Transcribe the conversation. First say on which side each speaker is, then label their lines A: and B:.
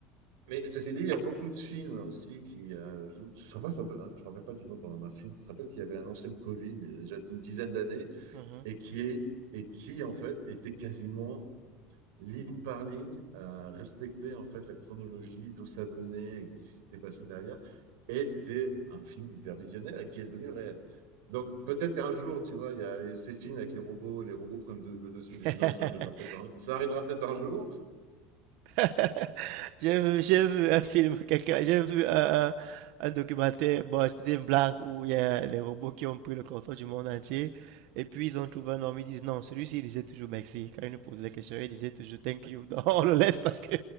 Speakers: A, on the right; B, on the right.
A: mais ceci dit, il y a beaucoup de films aussi qui, euh, je ne me rappelle pas du nom pendant d'un film. Je te rappelle qu'il avait annoncé le Covid, mais il y a déjà une dizaine d'années,
B: Mhm.
A: et qui est et qui en fait était quasiment ligne par ligne, à respecter en fait la chronologie, d'où ça venait, et qu'est-ce qui s'était passé derrière. Et c'était un film hyper visionnaire et qui est devenu réel. Donc peut-être qu'un jour, tu vois, il y a ces films avec les robots, les robots prennent le, le dessus, les
B: <laughs>
A: humains, ça arrivera peut-être un, ça arrivera peut-être un jour.
B: <laughs> j'ai vu, j'ai vu un film, quelqu'un, j'ai vu un, un- un documentaire, bon, c'était une blague où il y a les robots qui ont pris le contrôle du monde entier, et puis ils ont trouvé un homme, ils disent non, celui-ci il disait toujours merci, quand ils nous posaient des questions, il disait toujours thank you, donc on le laisse parce que